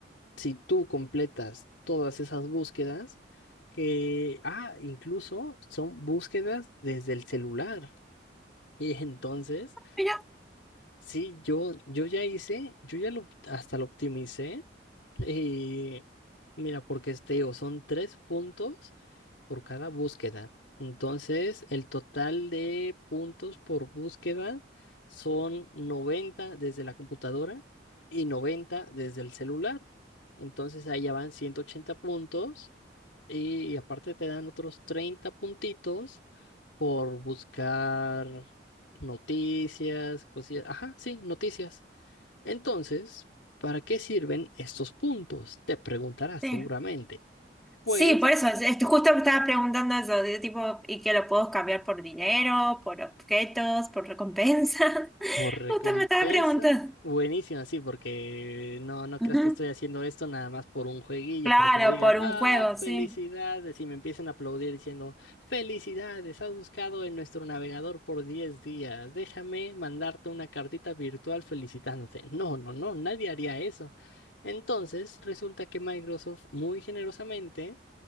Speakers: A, on the left (about 90°); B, in the centre.
A: si tú completas todas esas búsquedas, que, ah, incluso son búsquedas desde el celular. Y entonces,
B: Mira,
A: sí, yo, yo ya hice, yo ya lo, hasta lo optimicé y mira, porque este, digo, son tres puntos por cada búsqueda. Entonces, el total de puntos por búsqueda son 90 desde la computadora y 90 desde el celular. Entonces, ahí ya van 180 puntos y aparte te dan otros 30 puntitos por buscar noticias, cosillas. Ajá, sí, noticias. Entonces, ¿para qué sirven estos puntos? Te preguntarás
B: sí.
A: seguramente.
B: Sí,
A: Pues,
B: por eso, es- es- justo me estaba preguntando eso, de tipo, ¿y que lo puedo cambiar por dinero, por objetos, por recompensas? <laughs>
A: por recompensa.
B: Justo me estaba preguntando.
A: buenísimo, sí, porque no, no
B: Ujú.
A: creas que estoy haciendo esto nada más por un jueguillo,
B: Claro,
A: para que me digan,
B: por un
A: ah,
B: juego, sí.
A: felicidades, y me empiecen a aplaudir diciendo, felicidades, has buscado en nuestro navegador por 10 días, déjame mandarte una cartita virtual felicitándote. No, no, no, nadie haría eso. Entonces, resulta que Microsoft muy generosamente